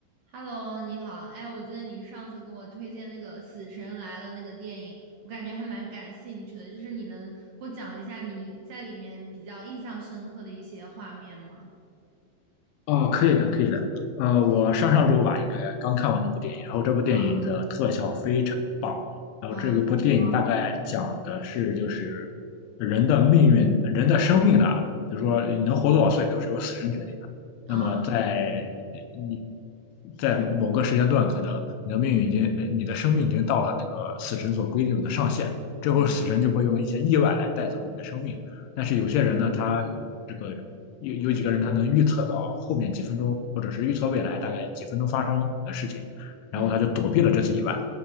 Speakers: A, on the right; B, on the left.
A: Hello，你好，哎，我记得你上次给我推荐那个《死神来了》那个电影，我感觉还蛮感兴趣的，就是你能给我讲一下你在里面比较印象深刻的一些画面吗？
B: 哦，可以的，可以的。呃，我上上周吧，应该刚看完这部电影，然后这部电影的特效非常棒。
A: 啊，
B: 然后这个部电影大概讲的是，
A: 啊，比如说，
B: 就是人的命运、人的生命呢，就如说你能活多少岁，
A: 嗯，
B: 都是由死神决定的。
A: 啊，
B: 那么在你在某个时间段，可能你的命运已经、呃你的生命已经到了那个死神所规定的上限，这会儿死神就会用一些意外来带走你的生命。
A: 嗯
B: 但是有些人呢，他有这个。有有几个人他能预测到后面几分钟，或者是预测未来大概几分钟发生的事情，然后他就躲避了这次意外，
A: 嗯